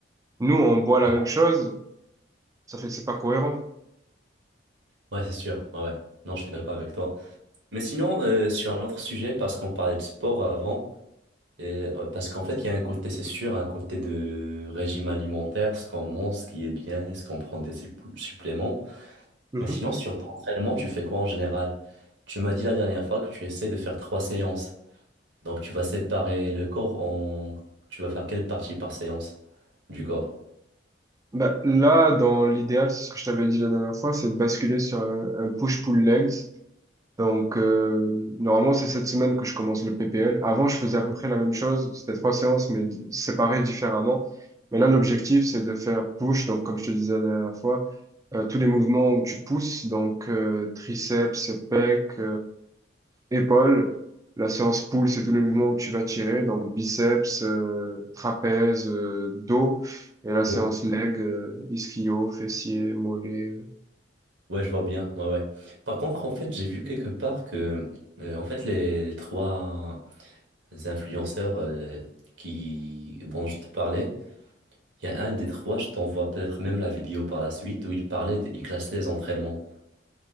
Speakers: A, on the right; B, on the right.
A: Nous, on boit la
B: Ah,
A: même chose, ça fait que c'est pas cohérent.
B: ouais, c'est sûr. Ouais, ouais. Non, je suis d'accord avec toi. Mais sinon, euh, sur un autre sujet, parce qu'on parlait de sport avant, et, euh, parce qu'en fait, il y a un côté, c'est sûr, un côté de régime alimentaire, ce qu'on mange, ce qui est bien, est-ce qu'on prend des supplé- suppléments.
A: Mhm.
B: Mais sinon, sur ton entraînement, tu fais quoi en général? Tu m'as dit la dernière fois que tu essaies de faire trois séances. Donc tu vas séparer le corps en... Tu vas faire quelle partie par séance du corps?
A: Bah, là, dans l'idéal, c'est ce que je t'avais dit la dernière fois, c'est de basculer sur un, un push-pull legs. Donc, euh, normalement, c'est cette semaine que je commence le PPL. Avant, je faisais à peu près la même chose. C'était trois séances, mais di- séparées différemment. Mais là, l'objectif, c'est de faire push. Donc, comme je te disais la dernière fois, euh, tous les mouvements où tu pousses, donc euh, triceps, pecs, épaules. La séance pull, c'est tous les mouvements où tu vas tirer, donc biceps, euh, trapèze, euh, dos. Et la séance
B: Oh.
A: leg, euh, ischio, fessier, mollet.
B: Ouais, je vois bien. Ouais, ouais. Par contre, en fait, j'ai vu quelque part que, euh, en fait, les trois influenceurs euh, qui... dont je te parlais, il y a un des trois, je t'envoie peut-être même la vidéo par la suite, où il parlait, de- il classait les entraînements.